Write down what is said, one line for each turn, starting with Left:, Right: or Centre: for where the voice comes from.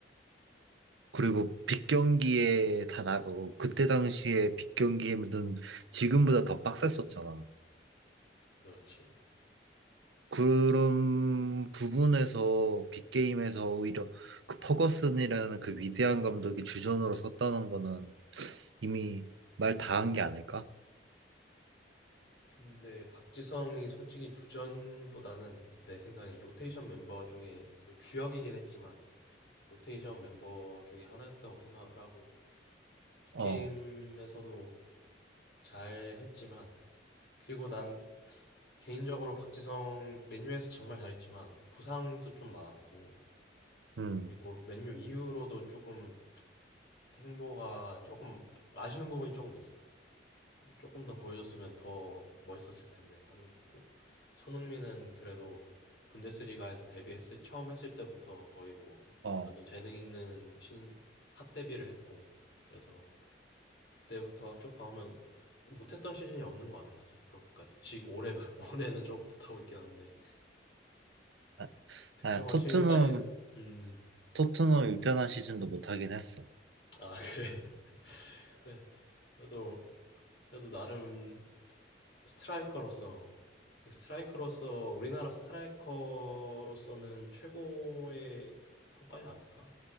Right: 그리고 빅 경기에 다 나가고 그때 당시에 빅 경기에는 지금보다 더 빡셌었잖아.
Left: 그렇지.
Right: 그런 부분에서 빅게임에서 오히려 그 퍼거슨이라는 그 위대한 감독이 주전으로 섰다는 거는 이미 말 다 한 게 아닐까?
Left: 근데 박지성이 솔직히 주전보다는 내 생각에 로테이션 멤버 중에 뭐 주역이긴 했지만 로테이션 멤버 중에 하나였다고 생각을 하고 빅게임에서도
Right: 어,
Left: 잘 했지만 그리고 난 개인적으로 박지성 맨유에서 정말 잘했지만 부상도 좀 많았고
Right: 음,
Left: 그리고 맨유 이후로도 조금 행보가 조금 아쉬운 부분이 조금 있어. 조금 더 보여줬으면 더 멋있었을 텐데 하는 게 있고 손흥민은 그래도 분데스리가에서 데뷔했을 처음 했을 때부터 거의 뭐
Right: 어.
Left: 완전 재능 있는 신 핫 데뷔를 했고 그래서 그때부터 쭉 봐오면 못했던 시즌이 없는 것 같아 사실 그렇게까지 지금 올해 말 <laughs> 올해는 조금 못하고 있긴 한데
Right: 아,
Left: 특정한
Right: 아, 토트넘,
Left: 시즌까지는 음아
Right: 토트넘 일단한 시즌도 못하긴 했어.
Left: <laughs> 그래 그래 그래도 그래도 나름 스트라이커로서 이 스트라이커로서 우리나라 스트라이커로서는 최고의 성과지 않을까?